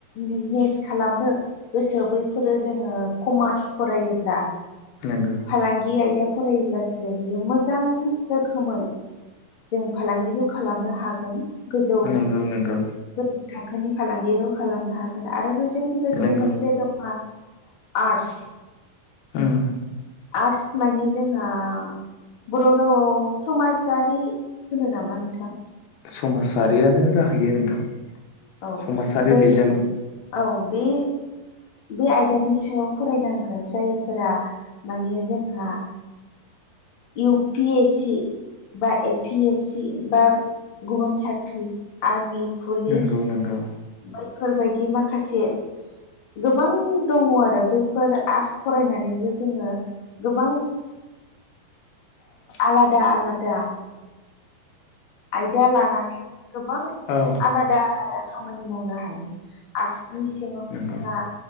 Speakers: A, on the left; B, on the left.
A: बिजनेस खालामनो गोसो बैफोरो जोङो कमार्स फरायोब्ला
B: नंगौ
A: फालांगि आयदा फरायोब्लासो बियो मोजां रोखोमै जों फालांगिखौ खालामनो हागोन गोजौ
B: नंगौ नंगौ
A: गोजौ थाखोनि फालांगिखौ खालामनो हागोन आरो बेजों लोगोसे
B: नंगौ
A: मोनसे दङ आर्टस
B: उम
A: आर्ट्स माने जोंहा बर' रावआव समाजारि होनो नामा नोंथां
B: समाजारियानो जाहैयो नोंथां
A: औ
B: समाजारि
A: बै
B: बिजों
A: औ बे बे आयदानि सायाव फरायनांगोन जायफोरा माने जोंहा इउ पि एस सि बा ए पि एस सि बा गुबुन साख्रि आर्मि पुलिस
B: नंगौ नंगौ
A: बैफोरबायदि माखासे गोबां दङ आरो बैफोर आर्ट्स फरायनानैबो जोङो गोबां आलादा आलादा आयदा लानानै गोबां
B: औ
A: आलादा आलादा खामानि मावनो हायो आर्टसनि
B: नंगौ
A: सिङाव
B: नंगौ
A: जोंहा